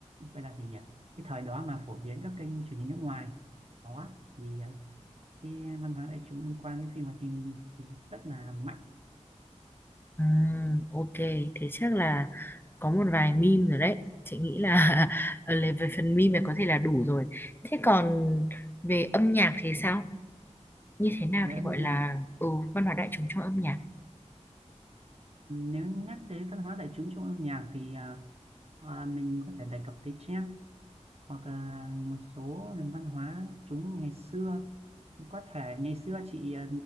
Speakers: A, on the right; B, on the left.
A: là gì nhỉ cái thời đó mà phổ biến các kênh truyền hình nước ngoài đó thì ờ, cái văn hóa đại chúng liên quan đến phim hoạt hình thì rất là mạnh
B: Ừm, ok thế chắc là có một vài meme rồi đấy chị nghĩ là <laughs> ở lề- về phần meme này có thể là đủ rồi thế còn về âm nhạc thì sao như thế nào
A: về
B: thì
A: âm
B: gọi
A: nhạc
B: là
A: à.
B: ừ, văn hóa đại chúng trong âm nhạc
A: nếu nhắc tới văn hóa đại chúng trong âm nhạc thì ờ, ờ, mình có thể đề cập tới jazz hoặc là một số nền văn hóa chúng ngày xưa có thể ngày xưa chị ờ,